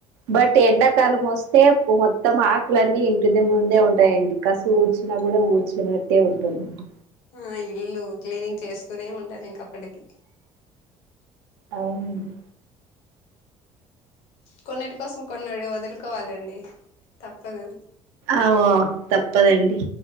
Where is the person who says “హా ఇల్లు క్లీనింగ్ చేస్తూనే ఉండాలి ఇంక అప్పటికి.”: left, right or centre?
Left